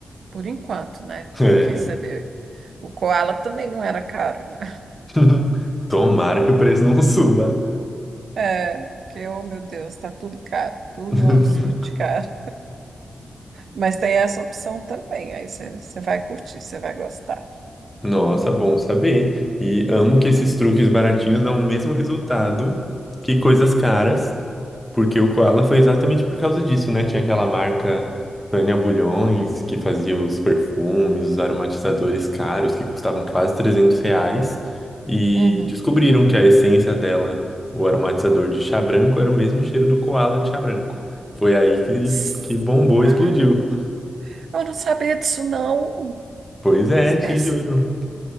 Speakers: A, on the right (about 70°); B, in the centre.
A: Por enquanto, né?
B: É.
A: Porque você vê, o Koala também não era caro, né?
B: <laughs> Tomara que o preço não suba.
A: É, que, oh meu Deus, tá tudo caro, tudo
B: <laughs>
A: um absurdo de caro. Mas tem essa opção também, aí você você vai curtir, você vai gostar.
B: Nossa, bom saber. E amo que esses
A: né?
B: truques baratinhos dão o mesmo resultado que coisas caras. Porque o Koala foi exatamente por causa disso, né? Tinha aquela marca Tânia Bulhões, que fazia os perfumes, os aromatizadores caros, que custavam quase 300 reais. E
A: Uhum.
B: descobriram que a essência dela, o aromatizador de chá branco, era o mesmo cheiro do Koala de chá branco. Foi aí que,
A: S-
B: que bombou,
A: Ai,
B: explodiu.
A: eu não sabia disso, não.
B: Pois é, te
A: É, s-
B: juro.